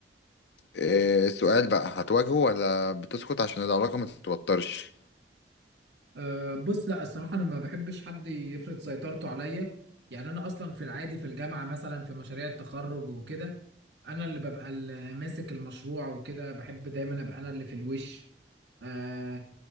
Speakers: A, on the left (about 70°); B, on the right (about 80°).
A: إيه السؤال بقى هتواجهه ولا بتسكت عشان العلاقه ما تتوترش
B: أه بص لا الصراحة أنا ما بحبش حد يفرض سيطرته عليا يعني أنا أصلا في العادي في الجامعة مثلا في مشاريع التخرج وكده أنا اللي ببقى اللي ماسك المشروع وكده بحب دايما أبقى أنا اللي في الوش أه